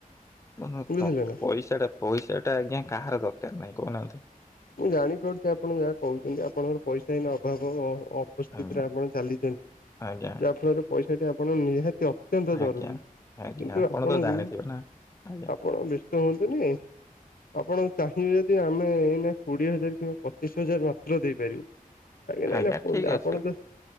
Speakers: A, on the left (about 20°); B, on the left (about 75°).
A: ମନତଖ୍
B: ବୁଝିଲେ ନା।
A: ପଇସାଟା ପଇସା ଟା ଆଜ୍ଞା କାହାର ଦରକାର ନାହିଁ କହୁନାହାନ୍ତି।
B: ମୁଁ ଜାଣିପାରୁଚି ଆପଣ ଯାହା କହୁଚନ୍ତି ଆପଣଙ୍କର ପଇସା ଏଇନା ଅଭାବ ଅ ଅପ୍ ଉପସ୍ଥିତିରେ
A: ଆଜ୍ଞା
B: ଆପଣ ଚାଲିଚନ୍
A: ଆଜ୍ଞା
B: ଯାହା ଫଳରେ ପଇସାଟି ଆପଣ ନିହାତି ଅପ୍ ତ୍ୟନ୍ତ ଜରୁରୀ
A: ଆଜ୍ଞା ଆଜ୍ଞା
B: କିନ୍ତୁ
A: ଆପଣ
B: ଆପଣଙ୍କୁ
A: ତ ଜାଣିଥିବେ ନା ଆଜ୍ଞା
B: ଆପଣ ବେଶ୍ ତୁହଁନ୍ତୁନି ଆପଣ ଚାହିଁବେ ଦି ଆମେ ଏଇନା କୋଡ଼ିଏ ହଜାର କିମ୍ବା ପଚିଶ ହଜାର ମାତ୍ର ଦେଇପାରିବୁ କାଇଁକି ନାଇଁ
A: ଆଜ୍ଞା
B: ନା ପୁଞା
A: ଠିକ୍ ଅଛି
B: ଆପଣ ବେ